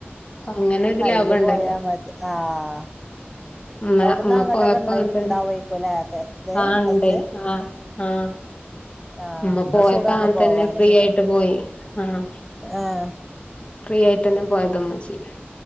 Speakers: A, on the left; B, in the centre.
A: അപ്പൊ അങ്ങനെ ഒരു
B: അയ്ല്
A: ലാഭം ഉണ്ടല്ലോ
B: പോയാ മതി ആഹ്.
A: ഉമ്മ
B: അവിടുന്ന്
A: ഉമ്മ
B: അങ്ങോട്ടൊക്കെ
A: പോയപ്പൊ
B: ഇണ്ട
A: അങ്ങൻത്തന്നെ
B: ഉണ്ടാവേക്കുംല്ലേ ഒക്കെ ഇത്
A: ആ ഇണ്ട്
B: ബസ്സ്
A: ആ ആഹ്.
B: ആഹ്
A: മ്മ
B: അപ്പൊ
A: പോയപ്പോ
B: സുഖാണ്
A: അങ്ങൻതന്നെ
B: പോവാന്
A: ഫ്രീയായിട്ട് പോയി ആഹ്.
B: ആഹ്
A: ഫ്രീയായിട്ടന്നെ പോയത് ഇമ്മച്ചി.